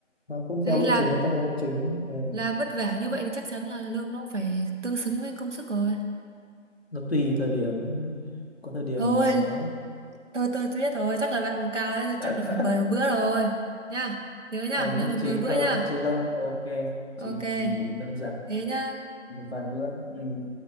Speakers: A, on the left; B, on the right.
A: nó cũng
B: đấy
A: theo lộ
B: làm
A: trình nó tăng theo lộ trình ấy. ừ.
B: làm vất vả như vậy thì chắc chắn là lương nó cũng phải tương xứng với công sức rồi
A: nó tùy thời điểm có thời điểm
B: thôi
A: mà nó
B: tôi tôi tôi biết rồi chắc là bạn cao đấy
A: <laughs>
B: chắc là phải mời một bữa rồi nha nhớ nha
A: À, nhất
B: nhớ phải
A: trí
B: mời bữa
A: thôi,
B: nha
A: nhất trí thôi. Ok, nhất trí.
B: ok
A: Ừ, đơn giản.
B: thế nhá
A: Một vài bữa. Ừ.